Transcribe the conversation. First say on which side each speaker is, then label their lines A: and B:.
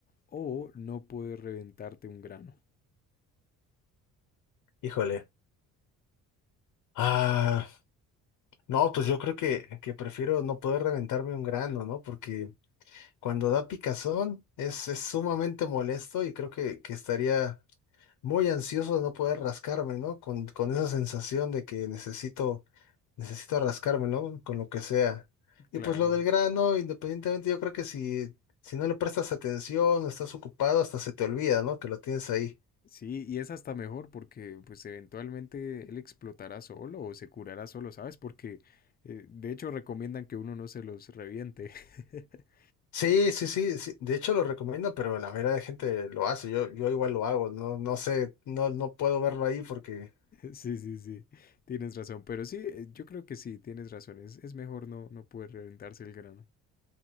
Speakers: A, on the left; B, on the left.
A: o no puedes reventarte un grano?
B: Híjole. Ah. No, pues yo creo que, que prefiero no poder reventarme un grano, ¿no? Porque cuando da picazón es, es sumamente molesto y creo que, que estaría muy ansioso de no poder rascarme, ¿no? Con, con esa sensación de que necesito, necesito rascarme, ¿no? Con lo que sea. Y
A: Claro.
B: pues lo del grano, independientemente, yo creo que si, si no le prestas atención o estás ocupado, hasta se te olvida, ¿no? Que lo tienes ahí.
A: Sí, y es hasta mejor porque pues eventualmente él explotará solo o se curará solo, ¿sabes? Porque eh, de hecho recomiendan que uno no se los reviente. <laughs>
B: Sí, sí, sí, sí. De hecho lo recomiendo, pero la mayoría de gente lo hace. Yo, yo igual lo hago. No, no sé, no, no puedo verlo ahí porque
A: Sí, sí, sí, tienes razón, pero sí, eh, yo creo que sí, tienes razón, es, es mejor no, no poder reventarse el grano.